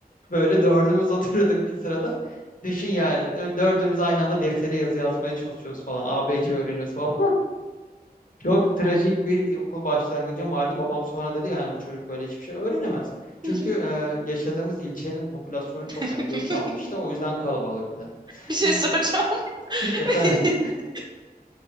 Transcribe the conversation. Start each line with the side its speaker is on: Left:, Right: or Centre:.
Left: Böyle dördümüz <laughs> oturuyorduk bir sırada. Düşün yani dö- dördümüz aynı anda deftere yazı yazmaya çalışıyoruz falan. A B C öğreniyoruz falan. Çok trajik bir okul başlangıcım vardı. Babam sonra dedi yani bu çocuk böyle hiçbir şey öğrenemez. Çünkü
Right: Hı hı.
Left: e, yaşadığımız ilçenin popülasyonu
Right: <laughs>
Left: çok hani göç almıştı. O yüzden kalabalıktı.
Right: Bir şey
Left: <laughs>
Right: soracağım. <laughs>
Left: Efendim